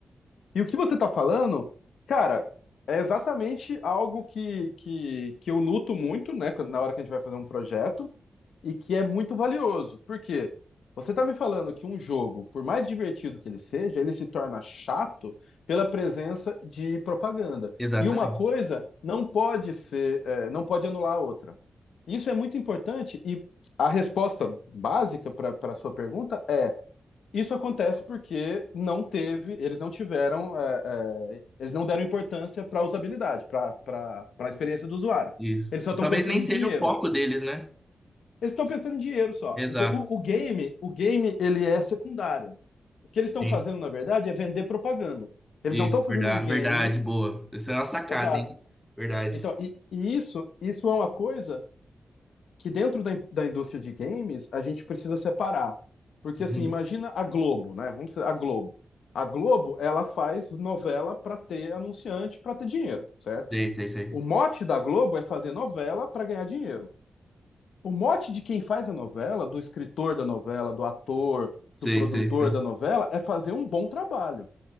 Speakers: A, on the left; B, in the centre.
A: E o que você tá falando, cara, é exatamente algo que, que, que eu luto muito, né, quando- na hora que a gente vai fazer um projeto, e que é muito valioso. Por quê? Você tá me falando que um jogo, por mais divertido que ele seja, ele se torna chato pela presença de propaganda.
B: exatamente.
A: E uma coisa não pode ser, eh, não pode anular a outra. Isso é muito importante, e a resposta básica para a sua pergunta é. Isso acontece porque não teve, eles não tiveram, é, é, eles não deram importância para a usabilidade, para a experiência do usuário.
B: Isso.
A: Eles só estão
B: Talvez
A: pensando
B: nem
A: em
B: seja
A: dinheiro.
B: o foco deles, né?
A: Eles estão pensando em dinheiro só.
B: Exato.
A: Então, o, o game, o game, ele é secundário. O que eles estão
B: Sim.
A: fazendo, na verdade, é vender propaganda. Eles
B: Isso,
A: não estão fazendo
B: verdade,
A: um game.
B: verdade, boa. Isso é uma sacada,
A: Exato.
B: hein? Verdade.
A: Então, e, e isso, isso é uma coisa que dentro da, in- da indústria de games a gente precisa separar. Porque
B: Uhum.
A: assim, imagina a Globo, né? Vamos dizer, a Globo. A Globo, ela faz novela para ter anunciante, para ter dinheiro, certo?
B: Sei, sei, sei.
A: O mote da Globo é fazer novela para ganhar dinheiro. O mote de quem faz a novela, do escritor da novela, do ator,
B: Sei,
A: do produtor
B: sei, sei.
A: da novela, é fazer um bom trabalho.